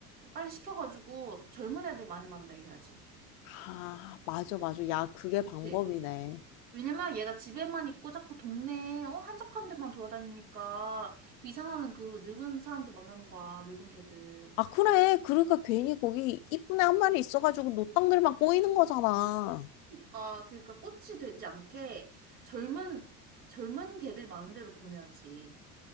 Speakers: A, on the right; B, on the left.
A: 빨리 시켜가지고 젊은 애들 많이 만나게 해야지.
B: 아, 맞아, 맞아. 야, 그게 방법이네.
A: 그치? 왜냐면 얘가 집에만 있고 자꾸 동네에 어? 한적한 데만 돌아다니니까 그 이상한 그 늙은 사람들 만나는 거야. 늙은 걔들.
B: 아, 그래. 그러니까 괜히 거기 이쁜 애 한 마리 있어가지고 노땅들만 꼬이는 거잖아.
A: 아, 그러니까 꽃이 되지 않게 젊은 젊은 개들 마음대로 보내야지.